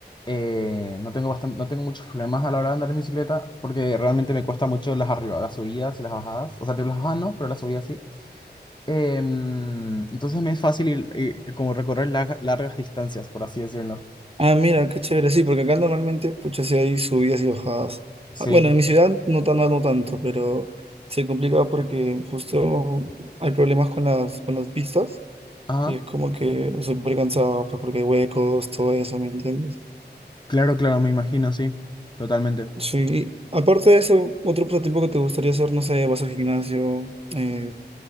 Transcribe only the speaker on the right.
Ah, mira, qué chévere. Sí, porque acá normalmente, pucha, sí hay subidas y bajadas.
Ah, Bueno, en mi ciudad no, tan- no, no tanto, pero se complica porque justo hay problemas con las, con las pistas.
Y es como que súper cansado, pues porque hay huecos, todo eso, ¿me entiendes?
Sí, aparte de eso, otro pasatiempo que te gustaría hacer, no sé, vas al gimnasio, eh,